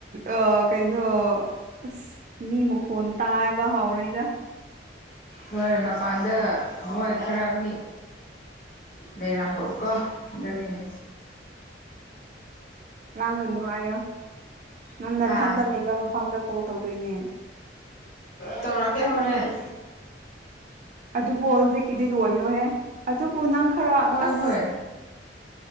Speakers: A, on the right; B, on the left.
A: ꯑ ꯀꯩꯅꯣ ꯑꯁ ꯃꯤ ꯃꯈꯣꯟ ꯇꯥꯏꯕ ꯍꯥꯎꯔꯤꯗ
B: ꯍꯣꯏ ꯃꯄꯥꯟꯗ ꯍꯣꯏ ꯈꯔ ꯃꯤ ꯂꯩꯔꯝꯕꯎꯀꯣ ꯑꯗꯨꯒꯤꯅꯦ
A: ꯂꯥꯡꯒꯅꯨ ꯍꯥꯏꯌꯣ ꯅꯪꯅꯊꯟꯇ
B: ꯍꯥ
A: ꯂꯩꯕ ꯃꯐꯝꯗ ꯀꯣꯜ ꯇꯧꯗꯣꯏꯅꯦ
B: ꯇꯧꯔꯛꯀꯦ ꯍꯣꯔꯦꯟ
A: ꯑꯗꯨꯕꯨ ꯍꯧꯖꯤꯛꯀꯤꯗꯤ ꯂꯣꯏꯌꯣꯍꯦ ꯑꯗꯨꯕꯨ ꯅꯪ ꯈꯔ
B: ꯍꯣꯏ
A: ꯑꯁ
B: ꯍꯣꯏ